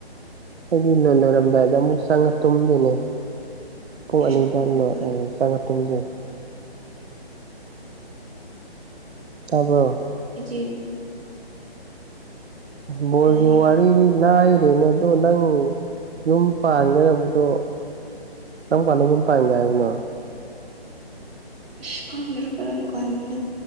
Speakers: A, on the right (about 80°); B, on the right (about 70°).
A: ꯑꯗꯨ ꯏꯔꯝ ꯑꯗꯨꯗꯥꯏꯗ
B: ꯍꯥꯏꯔꯁꯨ
A: ꯑꯃꯨꯛ ꯆꯪꯉ ꯇꯨꯝꯗꯣꯏꯅꯦ ꯄꯨꯡ ꯑꯅꯤꯗꯂꯣ
B: ꯁꯨꯛꯍꯧ ꯍꯧꯒꯠ
A: ꯆꯪꯉ ꯇꯨꯝꯗꯣꯏꯅꯦ ꯇꯕꯣ
B: ꯖꯤ
A: ꯕꯣꯔꯒꯤ
B: ꯑꯩꯗꯤ
A: ꯋꯥꯔꯤꯗꯤ ꯂꯥꯏꯔꯦꯅꯦ ꯑꯗꯣ ꯅꯪ ꯌꯨꯝ ꯄꯥꯟꯒꯗꯕꯗꯣ
B: ꯀꯔꯤ
A: ꯅꯪ ꯄꯥꯟꯒꯝ ꯄꯥꯏ ꯌꯥ ꯍꯥꯏꯅꯣ
B: ꯏꯁ ꯈꯣꯡꯗ꯭ꯔ ꯀꯔꯝ ꯀꯟꯗ